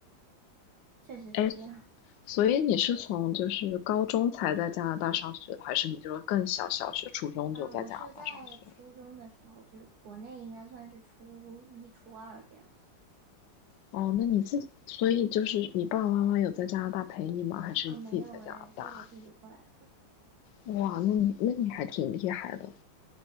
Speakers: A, on the right; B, on the left.
A: 确实是这样。
B: 哎，所以你是从就是高中才在加拿大上学的，还是你就是更小，小学、初中就在加拿大上学了？
A: 呃，我是在初中的时候，就是国内应该算是初一、初二这样子
B: 哦，那你自己，所以就是你爸爸妈妈有在加拿大陪你吗？还是你自己在加拿大？
A: 啊，没有诶，就是我自己过来的，
B: 哇，那你那你还挺厉害的。